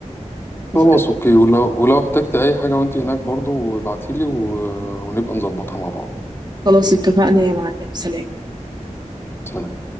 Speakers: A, on the right; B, on the left.
A: اتفقنا
B: خلاص اوكي ولو ولو احتجت اي حاجة وانت هناك برضو ابعتيلي و- ونبقى نظبطها مع بعض
A: خلاص اتفقنا يا معلم سلام
B: سلام